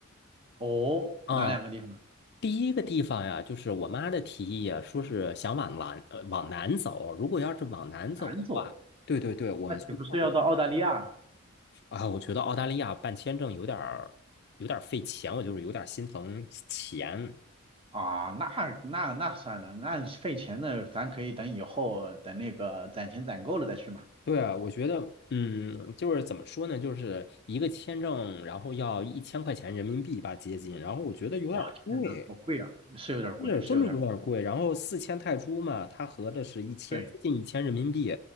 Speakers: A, on the right; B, on the left.
A: <laughs> 哦，
B: 啊，
A: 哪两个地方？
B: 第一个地方呀，就是我妈的提议呀，说是想往南，呃，往南走。如果要是往南走的话，
A: 南走，
B: 对对对，我们从泰国，
A: 那岂不是要到澳大利亚
B: 啊，我觉得澳大利亚办签证有点儿，有点儿费钱，我就是有点儿心疼钱。
A: 啊？那那那算了，那费钱的，咱可以等以后等那个攒钱攒够了再去嘛。
B: 对啊，我觉得，嗯，就是怎么说呢，就是一个签证，然后要一千块钱人民币吧，接近，然后我觉得有点儿贵。
A: 哇，天呐，好贵啊，是有点贵，
B: 是真的有点贵，
A: 是有点贵，
B: 然后四千泰铢嘛，它合着是一千，
A: 对，
B: 接近一千人民币，